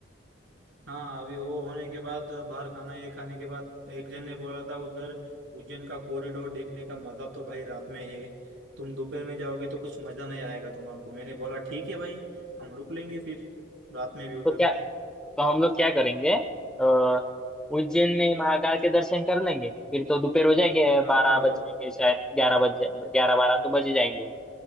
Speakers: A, on the right (about 80°); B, in the centre.
A: हाँ अभी वो होने के बाद बाहर खाना ये खाने के बाद एक जन ने बोला था उधर उज्जैन का कॉरिडोर देखने का मजा तो भाई रात में है तुम दोपहर में जाओगे तो कुछ मजा नहीं आएगा तुम्हारे को मैंने बोला ठीक है भाई हम रुक लेंगे फिर रात में भी उधर
B: तो क्या तो हम लोग क्या करेंगे अ, उज्जैन में महाकाल के दर्शन कर लेंगे फिर तो दोपहर हो जाएंगे
A: हाँ
B: बारह
A: बराबर
B: बज जाएंगे शायद ग्यारह बज जाए ग्यारह बारह
A: हाँ
B: तो बज ही जाएंगे